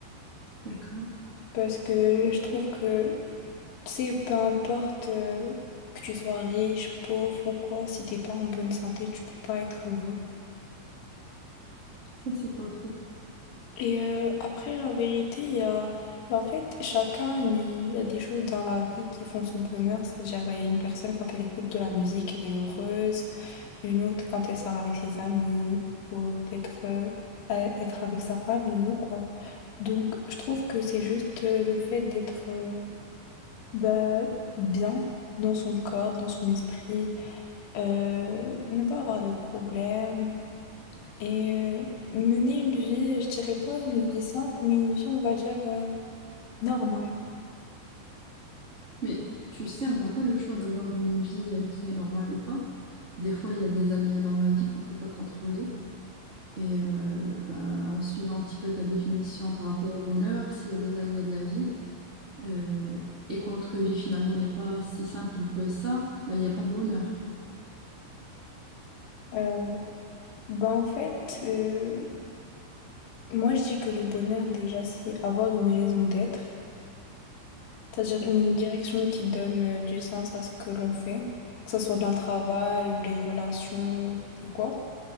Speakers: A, on the right; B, on the left.
A: D'accord,
B: parce que je trouve que Tu sais, peu importe euh, que tu sois riche, pauvre ou quoi, si t'es pas en bonne santé, tu peux pas être heureux.
A: ça c'est pas faux.
B: Et euh, après, la vérité, il y a... ben, en fait, chacun, il y a des choses dans la vie qui font son bonheur. C'est-à-dire, il y a une personne, quand elle écoute de la musique, elle est heureuse. Une autre, quand elle sort avec ses amis, ou peut-être euh, à- être avec sa famille ou quoi. Donc, je trouve que c'est juste euh, le fait d'être euh, bah, bien dans son corps, dans son esprit. euh, ne pas avoir de problème et euh, mener une vie, je dirais pas une vie simple, mais une vie, on va dire, euh, normale.
A: Mais tu sais, on n'a pas le choix d'avoir une vie euh, qui est normale ou pas. Des fois, il y a des aléas dans la vie qu'on peut pas contrôler. Et euh, bah, en suivant un petit peu ta définition par rapport au bonheur, s'il y a des aléas de la vie euh, et que notre vie finalement n'est pas si simple que ça, bah, il n'y a pas de bonheur.
B: Euh, bah en fait, euh, moi je dis que le bonheur, déjà, c'est avoir une raison d'être, c'est-à-dire une direction qui donne euh, du sens à ce que l'on fait, que ce soit dans le travail ou les relations ou et quoi.